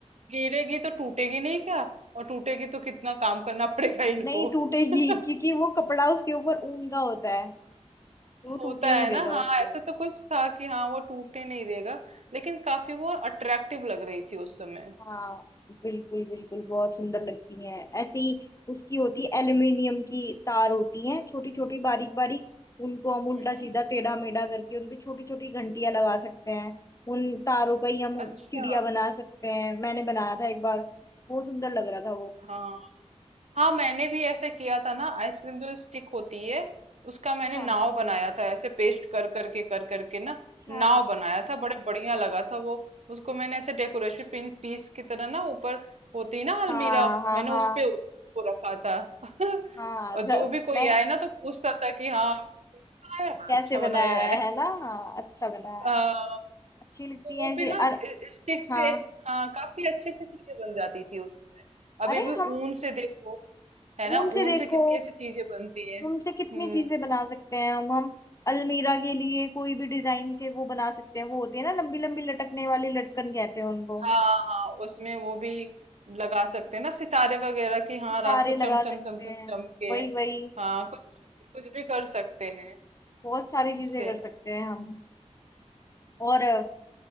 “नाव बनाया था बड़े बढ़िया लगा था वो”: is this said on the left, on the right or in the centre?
Right